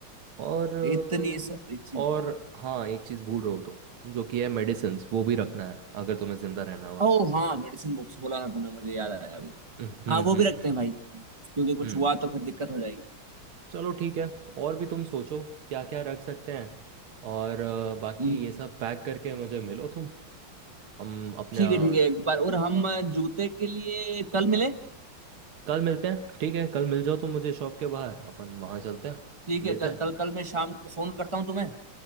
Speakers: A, on the right; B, on the right.
A: और अ,
B: इतनी सारी चीजें
A: और हाँ एक चीज़ भूल रहे हो तो जो कि है मेडिसिन्स वो भी रखना है अगर तुम्हें जिंदा रहना है वहाँ
B: ओ
A: पे
B: हाँ मेडिसिन बॉक्स बोला ना तुमने मुझे याद आया अभी
A: हम्म हम्म
B: हाँ वो भी
A: हम्म
B: रखते हैं भाई क्योंकि कुछ
A: हम्म।
B: हुआ तो फिर दिक्कत हो जाएगी
A: चलो ठीक है और भी तुम सोचो क्या क्या रख सकते हैं और अ, बाकी
B: हम्म,
A: ये सब पैक करके मुझे मिलो तुम हम अपने
B: ठीक
A: यहाँ-
B: है ठीक है एक बार और हम जूते के लिए कल मिले
A: कल मिलते हैं ठीक है कल मिल जाओ तो मुझे शॉप के बाहर अपन वहाँ चलते हैं
B: ठीक
A: लेते
B: है कल
A: हैं
B: कल कल मैं शाम को फोन करता हूँ तुम्हें